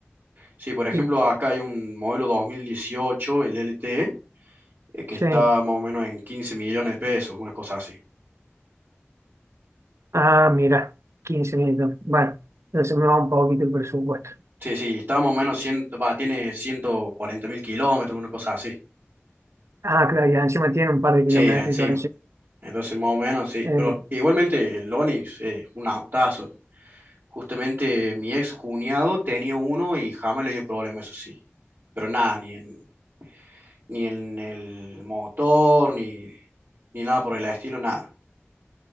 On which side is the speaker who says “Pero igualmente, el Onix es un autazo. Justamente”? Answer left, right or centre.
Right